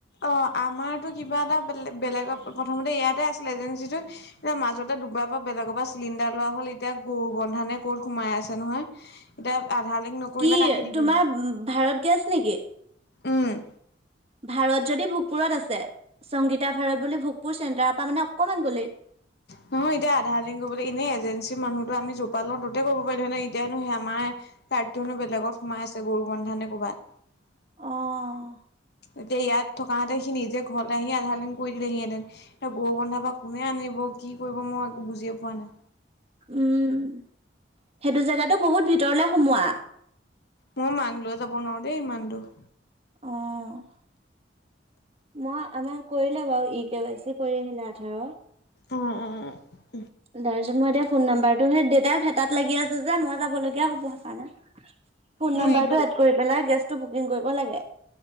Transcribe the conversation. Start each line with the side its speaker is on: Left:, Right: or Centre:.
Left: অ', আমাৰতো কিবা এটা বেলে-বেলেগ প্ৰথমতে ইয়াতে আছিলে এজেঞ্চিটো মাজতে দুবাৰৰ পৰা বেলেগৰ পৰা চিলিণ্ডাৰ লোৱা হল, এতিয়া গৰু বন্ধানে ক'ত সোমাই আছে নহয় এতিয়া আধাৰ লিংক নকৰিলে
Right: কি
Left: কাটি দিব,
Right: তোমাৰ ভাৰত গেছ নেকি
Left: উম।
Right: ভাৰত যদি ভোগপুৰত আছে, সংগীতা ভাৰত বুলি ভোগপুৰ চেণ্টাৰৰ পৰা মানে অকমান গ'লেই।
Left: নহয়, এতিয়া আধাৰ লিংগ <unintelligible> এনেই এজেঞ্চিৰ মানুহ ত' আমি যৰ পৰা লও ততে কৰিব পাৰিলো হয় নহয়। এতিয়ানো, সে আমাৰ কাৰ্টোনো বেলেগত সোমাই আছে গৰু বন্ধানে ক'বাত? <unintelligible>
Right: অ
Left: এতিয়া ইয়াত থকাহঁতে সি নিজে ঘৰলে আহি আধাৰ লিংক কৰি দিলেহি হেঁতেন, এ গৰু বন্ধা বা কোনে আনিব, কি কৰিব মই একো বুজিয়ে পোৱা নাই।
Right: উম, সেইটো জেগাটো বহুত ভিতৰলে সোমোৱা।
Left: মই মাক লৈ যাব নোৱাৰো দেই ইমান দূৰ।
Right: অ'। মই আমাৰ কৰিলে বাৰু, ই কে ৱাই চি কৰি আহিলে আধাৰৰ।
Left: অ', অ', অ'।
Right: তাৰপিছত, মই এতিয়া ফোন নাম্বাৰটো সেই দেউতাই ভেতাত লাগি আছে যে। মই যাব লগীয়া হ'ব সেইকাৰণে। ফোন
Left: মোৰ
Right: নম্বৰটো
Left: ইটো
Right: এড কৰি পেলাই, গেছটো বুকিং কৰিব লাগে।